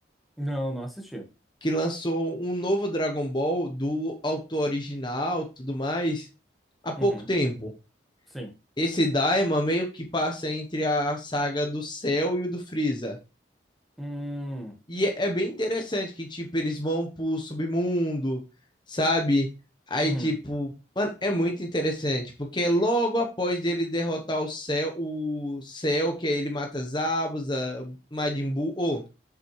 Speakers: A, in the centre; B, on the left (about 25°).
A: Não, não assisti.
B: Que lançou um novo Dragon Ball do autor original, tudo mais, há pouco
A: Uhum,
B: tempo.
A: sim.
B: Esse Daima meio que passa entre a saga do Cell e o do Freeza.
A: Hum,
B: E é é bem interessante que, tipo, eles vão pro submundo, sabe? Aí,
A: uhum,
B: tipo, mano, é muito interessante, porque é logo após dele derrotar o Cell, o Cell, que aí ele mata Zabuza, Majin Buu, oh,